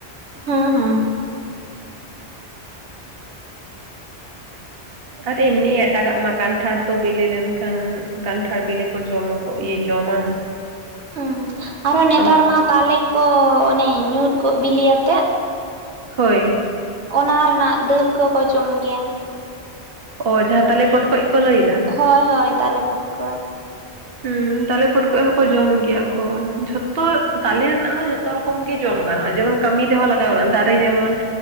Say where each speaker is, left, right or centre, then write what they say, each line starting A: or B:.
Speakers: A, on the right (about 80°); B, on the right (about 60°).
A: ᱦᱮᱸ ᱦᱮᱸ
B: ᱟᱨ ᱮᱢ ᱱᱤᱭᱟᱹ ᱮᱴᱟᱜᱟᱜ ᱢᱟ ᱠᱟᱱᱴᱷᱟᱲ ᱛᱚ ᱵᱤᱞᱤ ᱞᱮᱱᱠᱷᱟᱱ ᱠᱟᱱᱴᱷᱟᱲ ᱵᱤᱞᱤ ᱠᱚ ᱡᱚᱢᱟ ᱡᱚᱢᱟᱢ
A: ᱦᱸ ᱟᱨᱚ ᱱᱮᱛᱟᱨ
B: ᱟᱢᱵᱟ
A: ᱢᱟ ᱛᱟᱞᱮ ᱠᱚ ᱚᱱᱮ ᱧᱩᱨ ᱠᱚᱜ ᱵᱤᱞᱤᱭᱟᱛᱮᱜ
B: ᱦᱳᱭ
A: ᱚᱱᱟ ᱨᱮᱱᱟᱜ ᱫᱟᱹᱞ ᱠᱚᱠᱚ ᱡᱚᱢ ᱜᱮᱭᱟ᱾
B: ᱚ ᱡᱟᱦᱟᱸ ᱛᱟᱞᱮ ᱯᱚᱴ ᱠᱷᱚᱡ ᱠᱚ ᱞᱟᱹᱭ ᱮᱫᱟ
A: ᱦᱳᱭ ᱦᱳᱭ ᱛᱟᱞᱮ ᱯᱚᱴᱠᱚᱡ
B: ᱦᱮᱸ ᱛᱟᱞᱮ ᱯᱚᱴ ᱠᱚᱚᱡ ᱦᱚᱸᱠᱚ ᱡᱚᱢ ᱜᱮᱭᱟ ᱠᱚ ᱡᱷᱚᱛᱚ ᱛᱟᱞᱮ ᱨᱮᱱᱟᱜ ᱦᱚᱸ ᱡᱚᱛᱚ ᱡᱚᱛᱚ ᱨᱚᱠᱚᱢ ᱜᱮ ᱡᱚᱢ ᱜᱟᱱᱚᱜᱼᱟ ᱡᱮᱢᱚᱱ ᱠᱟᱹᱢᱤ ᱛᱮᱦᱚᱸ ᱞᱟᱜᱟᱣᱼᱟ ᱫᱟᱨᱮ ᱡᱮᱢᱚᱱ